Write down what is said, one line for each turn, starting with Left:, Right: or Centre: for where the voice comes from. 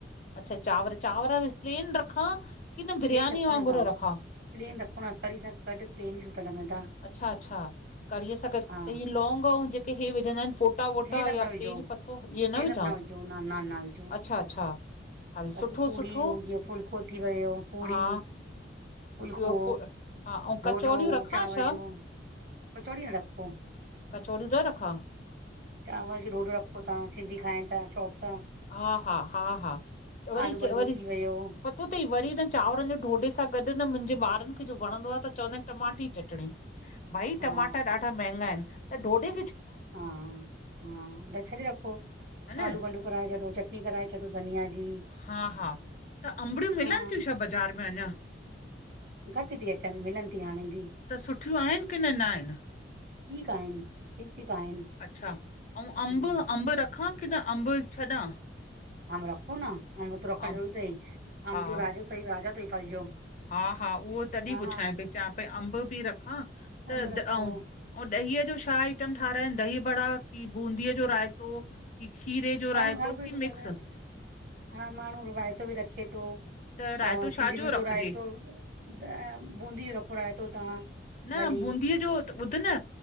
Left: अच्छा चांवर चांवर बि प्लेन रखां? किन
Right: प्लेन
Left: बिरयानी
Right: रखो
Left: वांगुरु
Right: न तव्हां
Left: रखा।
Right: प्लेन रखोन, कड़ी सां गॾु प्लेन ई सुठा लॻंदा।
Left: अच्छा, अच्छा कड़ीअ सां गॾ
Right: हा
Left: त हीअ लौंग औ जेके हे विझंदा आहिन फो। फोटा वोटा
Right: हे सभु
Left: या
Right: न विझो
Left: तेज पतो इअ न
Right: हे
Left: विझांस।
Right: सभु विझो न न न विझो
Left: अच्छा, अच्छा। हल
Right: बाक़ी
Left: सुठो
Right: पूड़ी
Left: सुठो
Right: हुजे फुल्को थी वियो, पूड़ी।
Left: हा
Right: फुलको,
Left: ॿियो पो हा अऊं कचौड़ियूं
Right: डोडो।
Left: रखां
Right: चावल
Left: छा
Right: जो, कचौड़ी न रखो।
Left: कचौड़ियूं न रखां
Right: चांवर जो डोडो रखो तां सिंधी खाइण त शौख सां।
Left: हा, हा, हा, हा, त वरी
Right: आलू बंडो
Left: वरी
Right: थी वियो
Left: पतो तई वरी न चांवरनि जो ॾोडे सां गॾु न मुंजे ॿारनि खे जो वणंदो आ त चवंदा आहिनि टमाटे जी चटणी। भाई
Right: हा
Left: टमाटा ॾाढा महंगा आहिनि त ॾोडे
Right: हा, हा त छडे रखो
Left: ह न
Right: आलू वालू कराए छॾो चटनी कराए छॾो धनिया जी।
Left: हा हा, त अंबड़ियूं मिलनि
Right: हा
Left: थियूं छा बाज़ार में अञा?
Right: घटि थी अचनि मिलनि थी हाणे बि
Left: त सुठियूं आहिनि किन नाहिनि
Right: ठीक आहिनि। ठीकु ठीकु आहिनि
Left: अच्छा, औं अम्ब
Right: हम्म
Left: अम्ब रखां कि न अम्ब छॾां?
Right: अम रखो न, अम त रखण
Left: अं-
Right: ज़रूर तई अम
Left: हा
Right: जो राजो तई राजा तई फल जो
Left: हा हा, उहो तॾीं
Right: हा
Left: पुछाए पई चवापई अंब बि रखां त
Right: आम रखो
Left: द आऊं ऊं ॾहीअ जो छा आइटम ठाराइनि दही बड़ा कि बूंदीअ जो रायतो? कि खीरे जो
Right: माण्हू
Left: रायतो
Right: हर कोई
Left: कि
Right: थो करे
Left: मिक्स?
Right: हा माण्हू रायतो बि रखे थो
Left: त रायतो
Right: अ सिंधियुनि
Left: छाजो
Right: में त
Left: रखिजे
Right: रायतो त बूंदी जो रखो रायतो तव्हां।
Left: न
Right: भली
Left: बूंदीअ जो, त ॿुध न